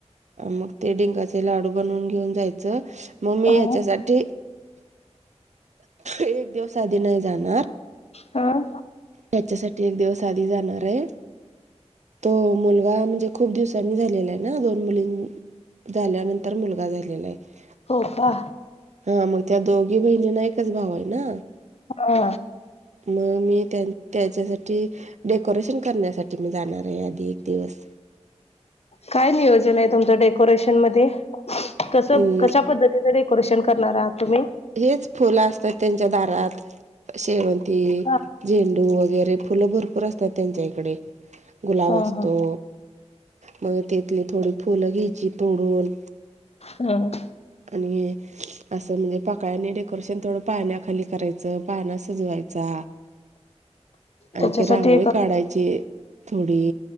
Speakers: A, on the right (about 85°); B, on the left (about 65°).
A: मग ते डिंकाचे लाडू बनवून घेऊन जायचं मग मी
B: हा
A: हच्यासाठी एक दिवस आधी नाही जाणार
B: हं
A: त्याच्यासाठी एक दिवस आधी जाणार आहे तो मुलगा म्हणजे खूप दिवसांनी झालेला आहे ना दोन मुलीं झाल्यानंतर मुलगा झालेला आहे
B: हो का
A: हा मग त्या दोघी बहिणीना एकच भाव आहे ना
B: हा
A: मग मी त्यां त्याच्यासाठी डेकोरेशन करण्यासाठी मी जाणार आहे आधी एक दिवस
B: काय नियोजन आहे तुमच डेकोरेशन म कस
A: अम्
B: कश पद्धतीच डेकोेन करणार आहात तुम्ही
A: हेच फुलं असतात त्यांच्या दारात शेवंती
B: का
A: झेंडू वगैरे फुलं भरपूर असतात त्यांच्या इकडे गुलाब
B: हा
A: असतो
B: हा
A: मग तेथली थोडी फुलं घ्यायची तोडून
B: ह्
A: आणि असं म्हणजे पाकळ्यांने डेकोरेशन थोडं पाण्याखाली करायचं पाहण्या सजवायचा आणखी
B: त्याच्यासाठी
A: रांगोळी काढायची थोडी